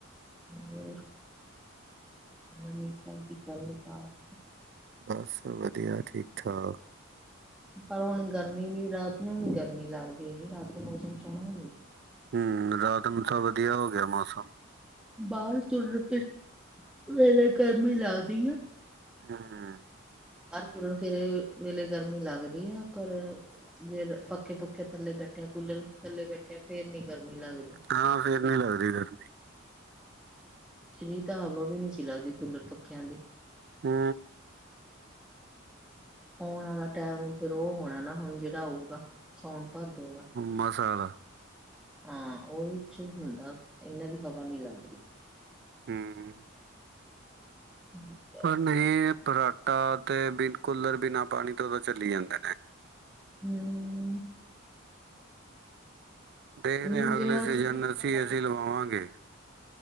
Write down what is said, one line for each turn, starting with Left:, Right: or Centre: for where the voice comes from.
Centre: ਹੋਰ ਨਵੀ ਤਾ ਦੀ ਗੱਲਬਾਤ
Right: ਬਸ ਵਧੀਆ ਠੀਕ ਠਾਕ
Centre: ਪਰ ਹੁਣ ਗਰਮੀ ਨੀ ਰਾਤ ਨੂੰ ਨੀ ਗਰਮੀ ਲੱਗਦੀ ਹੈਗੀ ਰਾਤ ਨੂੰ ਮੌਸਮ ਸੋਹਣਾ ਹੁੰਦਾ
Right: ਹੂੰ ਰਾਤ ਨੂੰ ਤਾਂ ਵਧੀਆ ਹੋ ਗਿਆ ਮੌਸਮ
Centre: ਬਾਹਰ ਤੁਰਨ ਫਿਰਨ ਵੇਲੇ ਗਰਮੀ ਲੱਗਦੀ ਆ
Right: ਹੂੰ ਹੂੰ
Centre: ਹਰ ਤੁਰਨ ਫਿਰਨ ਵੇਲੇ ਗਰਮੀ ਲੱਗਦੀ ਆ ਪਰ ਜੇ ਪੱਖੇ ਪੁੁੱਖੇ ਥੱਲੇ ਬੈਠੇਿਆ ਕੂਲਰ ਥੱਲੇ ਬੈਠੇਿਆ ਫੇਰ ਨੀ ਗਰਮੀ ਲੱਗਦੀ
Right: ਹਾਂ ਫੇਰ ਨੀ ਲੱਗਦੀ ਗਰਮੀ
Centre: ਨੀ ਤਾਂ ਹਵਾ ਵੀ ਨਹੀਂ ਸੀ ਲੱਗਦੀ ਕੁਲਰ ਪੱਖਿਆਂ ਦੀ
Right: ਹੂੰ
Centre: ਆਉਣ ਵਾਲਾ ਟਾਈਮ ਫੇਰ ਉਹ ਹੋਣਾ ਨਾ ਹੁਣ ਜਿਹੜਾ ਆਊਗਾ ਸਾਉਣ ਭਾਦੋ ਦਾ
Right: ਮਸਾਲਾ
Centre: ਹਾਂ ਉਹਦੇ ਚ ਹੁੰਦਾ ਇਹਨਾਂ ਦੀ ਹਵਾ ਨੀ ਲੱਗਦੀ
Right: ਹੂੰ
Centre: <unintelligible>
Right: ਪਰ ਨਹੀਂ ਫਰਾਟਾਂ ਤੇ ਬਿਨਾਂ ਕੂਲਰ ਬਿਨਾਂ ਪਾਣੀ ਤੋਂ ਤਾਂ ਚੱਲ ਜਾਂਦੇ ਨੇ
Centre: <unintelligible>
Right: ਦੇਖਦੇ
Centre: ਨਹੀਂ
Right: ਹਾਂ
Centre: ਜਿਵੇਂ
Right: ਅਗਲੇ
Centre: ਹੁਣ
Right: ਸੀਜਨ
Centre: ਸੋਹਣੀ ਹਵਾ
Right: ਅਸੀਂ
Centre: ਲੱਗਦੀ
Right: ਏ ਸੀ ਲਵਾਵਾਂਗੇ